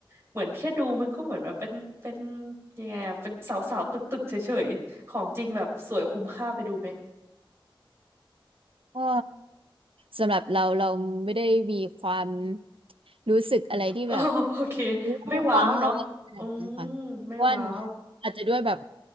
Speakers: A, on the right (about 30°); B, on the right (about 80°).
A: เหมือนแค่ดูมันก็เหมือนแบบเป็นเป็นยังไงอะเป็นเสาเสาตึกตึกๆเฉยๆของจริงแบบสวยคุ้มค่าไปดูไหม
B: ก็สำหรับเราเราไม่ได้มีความรู้สึกอะไรที่แบบ
A: อ๋อ <laughs> โอเค
B: โอ้ว้าวอะไรขนาดนั้นค่ะเพราะว่า
A: ไม่ว้าวเนาะอืมไม่ว้าว
B: อาจจะด้วยแบบ